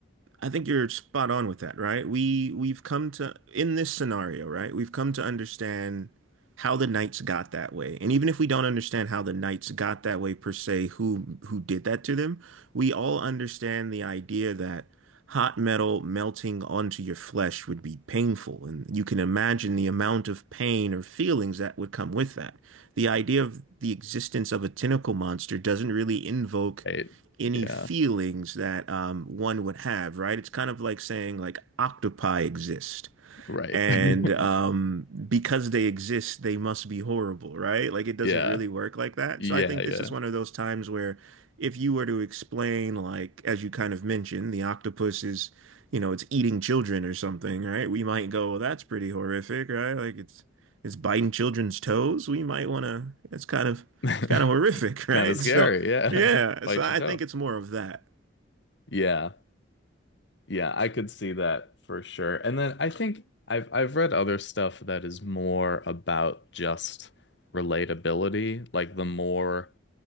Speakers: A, on the right; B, on the left.
A: I think you're spot on with that, right? We we've come to in this scenario, right? We've come to understand how the Knights got that way. And even if we don't understand how the Knights got that way per se, who who did that to them, we all understand the idea that hot metal melting onto your flesh would be painful, and you can imagine the amount of pain or feelings that would come with that. The idea of the existence of a tentacle monster doesn't really invoke
B: Right.
A: any
B: Yeah,
A: feelings that um, one would have, right? It's kind of like saying like octopi exist.
B: right.
A: And
B: <laughs>
A: um, because they exist, they must be horrible, right? Like it doesn't
B: Yeah.
A: really work like that.
B: Yeah,
A: So I think
B: yeah.
A: this is one of those times where if you were to explain, like, as you kind of mentioned, the octopus is, you know, it's eating children or something, right? We might go, well, that's pretty horrific, right? Like it's it's biting children's toes. We might want to, it's kind of
B: <laughs>
A: it's kind of horrific, <laughs> right?
B: Kind of scary.
A: So
B: Yeah.
A: yeah,
B: <laughs> Bite
A: so I
B: your toe.
A: think it's more of that.
B: Yeah. Yeah, I could see that for sure. And then I think I've I've read other stuff that is more about just relatability. Like the more